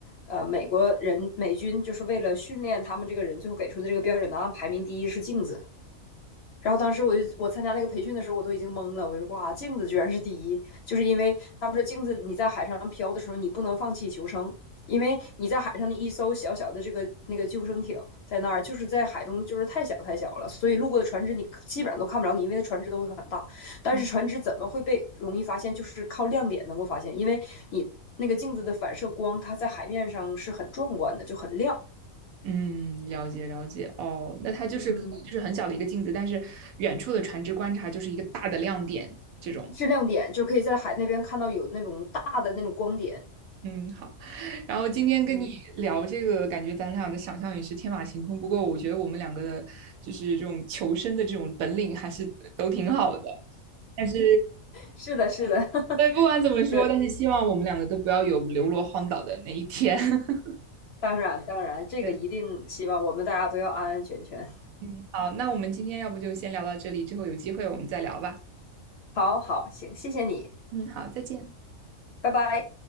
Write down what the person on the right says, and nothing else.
嗯，
嗯了解了解。哦，那它就是可能就是很小的一个镜子，
但是远处的船只观察就是一个大的亮点。这种，
嗯，好。然后今天跟你聊这个，
感觉咱俩的想象也是天马行空。不过我觉得我们两个的，就是这种求生的这种本领还是都挺好的。但是，
对，不管怎么说，
但是希望我们两个都不要有流落荒岛的那一天。<laughs>
对，嗯，好，那我们今天要不就先聊到这里，之后有机会我们再聊吧。
嗯，好，再见。